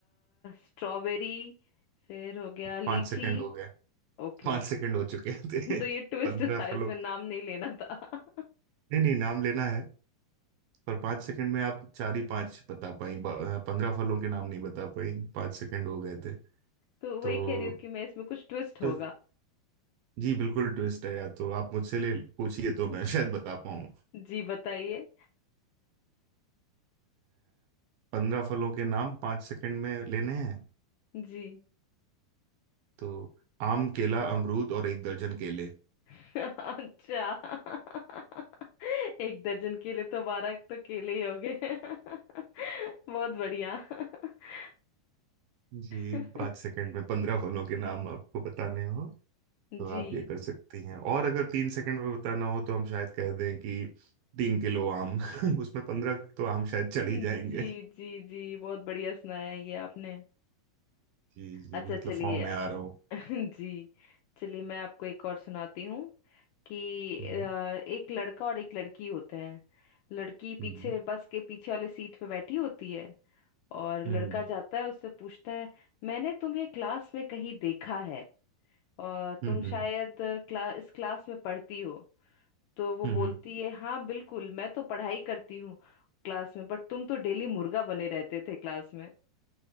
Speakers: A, on the left; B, on the right.
A: स्ट्रॉबेरी फिर हो गया लीची
B: पांच सेकंड हो गए
A: ओके
B: पांच सेकंड हो चुके
A: <laughs>
B: थे
A: तो
B: <laughs>
A: ये ट्विस्ट
B: पंद्रह
A: था
B: फलों
A: इसमें नाम नहीं लेना था <laughs>
B: नहीं नहीं नाम लेना है पर पांच सेकंड में आप चार ही पांच बता पाई ब- पंद्रह फलों के नाम नहीं बता पाई पांच सेकंड हो गए थे
A: तो वही
B: तो
A: कह रही हूँ कि मैं इसमें कुछ ट्विस्ट होगा
B: तो जी बिल्कुल ट्विस्ट है या तो आप मुझसे ले पूछिए तो
A: <laughs>
B: मैं <laughs> शायद बता पाऊं
A: जी बताइए
B: पंद्रह फलों के नाम पांच सेकंड में लेने हैं
A: जी
B: तो आम केला अमरूद और एक दर्जन केले
A: <laughs> अच्छा <laughs> एक दर्जन केले तो बारह तो केले ही हो गए <laughs> बहुत बढ़िया <laughs>
B: जी
A: <laughs>
B: पांच सेकंड में पंद्रह फलों के नाम आपको बताने हो तो
A: जी
B: आप ये कर
A: <laughs>
B: सकती हैं और अगर तीन सेकंड में बताना हो तो हम शायद कह दें कि तीन किलो आम <laughs> उसमें पंद्रह तो आम शायद चढ़
A: जी
B: ही जाएंगे
A: जी जी बहुत बढ़िया सुनाया ये आपने
B: जी जी
A: अच्छा
B: मतलब
A: चलिए
B: फॉर्म में आ रहा हूँ
A: <laughs> जी चलिए मैं आपको एक और सुनाती हूँ कि
B: हम्म
A: अ, एक लड़का और एक लड़की होते हैं लड़की
B: हम्म
A: पीछे बस के पीछे वाले सीट पे बैठी होती है और
B: हम्म
A: लड़का जाता है उससे पूछता है मैंने तुम्हें क्लास में कहीं देखा है और
B: हम्म
A: तुम शायद क्ला, इस क्लास में पढ़ती हो तो वो
B: हम्म
A: बोलती
B: हम्म,
A: है हाँ बिल्कुल मैं तो पढ़ाई करती हूँ क्लास में बट तुम तो डेली मुर्गा बने रहते थे क्लास में